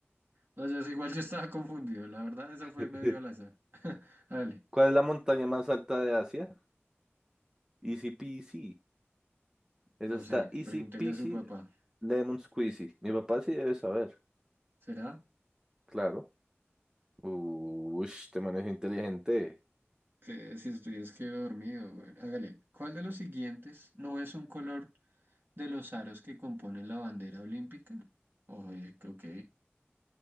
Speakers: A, on the right (about 50°); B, on the right (about 15°).
A: No, yo sé, igual yo estaba confundido. La verdad, esa
B: <laughs>
A: fue medio al azar. <laughs> Dale.
B: ¿Cuál es la montaña más alta de Asia? Easy peasy. Esa
A: No
B: está
A: sé.
B: easy
A: Pregúntele
B: peasy,
A: a su papá.
B: lemon squeezy. Mi papá sí debe saber,
A: ¿Será?
B: claro. Uy, te manejo inteligente.
A: Que si estoy es que dormido, güey. Hágale. ¿Cuál de los siguientes no es un color? de los aros que componen la bandera olímpica. Oye, que ok.